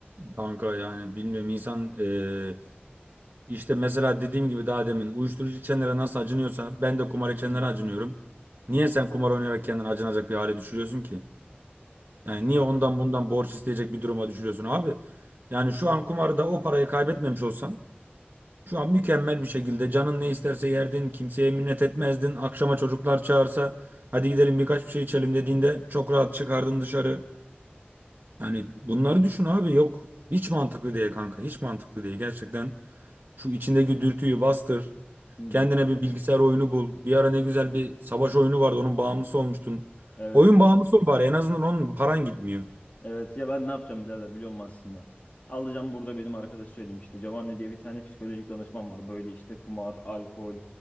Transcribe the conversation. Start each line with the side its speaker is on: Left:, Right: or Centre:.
Right: Kanka yani bilmiyorum insan eee, işte mesela dediğim gibi daha demin uyuşturucu içenlere nasıl acınıyorsa ben de kumar içenlere
Left: Hı hı.
Right: acınıyorum. Niye sen kumar oynayarak kendini acınacak bir hale düşürüyorsun ki?
Left: İşte.
Right: Yani niye ondan bundan borç isteyecek bir duruma düşürüyorsun abi? Yani şu an kumarda o parayı kaybetmemiş olsan Şu an mükemmel bir şekilde canın ne isterse yerdin, kimseye minnet etmezdin. Akşama çocuklar çağırsa hadi gidelim birkaç bir şey içelim dediğinde çok rahat çıkardın dışarı. Yani bunları düşün abi yok. Hiç mantıklı değil kanka hiç mantıklı değil. Gerçekten şu içindeki dürtüyü bastır.
Left: Hı hı.
Right: Kendine bir bilgisayar oyunu bul. Bir ara ne güzel bir savaş oyunu vardı onun bağımlısı olmuştun.
Left: Evet.
Right: Oyun bağımlısı ol bari en azından onun paran gitmiyor.
Left: Evet ya ben ne yapacağım birader biliyor musun aslında? Alacağım burada benim arkadaş söylemişti. Giovanni diye bir tane psikolojik danışman var. Böyle işte kumar, alkol,